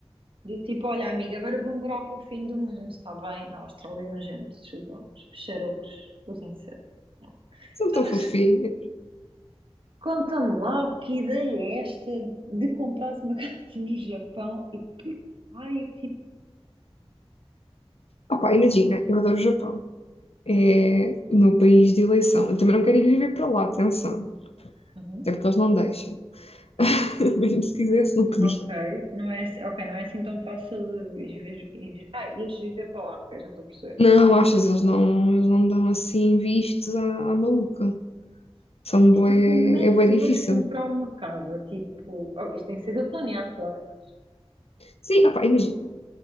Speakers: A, on the right; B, on the left.
A: tipo, olha, amiga, agora eu vou morar para o fim do mundo, está bem? Na Austrália, é nojento, desculpa, os peixarocos, os insetos.
B: São
A: Então,
B: tão
A: mas
B: fofinhas.
A: conta-me lá, que ideia é esta de comprares uma <laughs> casa no Japão e por que raio, tipo.
B: Opa, imagina, eu adoro o Japão. É o meu país de eleição. Eu também não quero ir viver para lá, atenção.
A: Uhum.
B: Até porque eles não deixam. <laughs> Mesmo se quisesse, não podia.
A: Ok, não é, assim- ok, não é assim tão fácil de ires, vi- ires- ah, ires viver para lá, ok, já estou a perceber.
B: Não, achas, eles não, eles não dão assim vistos à, à maluca. São
A: Então
B: bué,
A: como é
B: é
A: que
B: bué
A: tu
B: difícil.
A: vais comprar uma casa? Tipo, oh, isto tem que ser tudo planeado, claro, mas...
B: Sim, opá, imagina,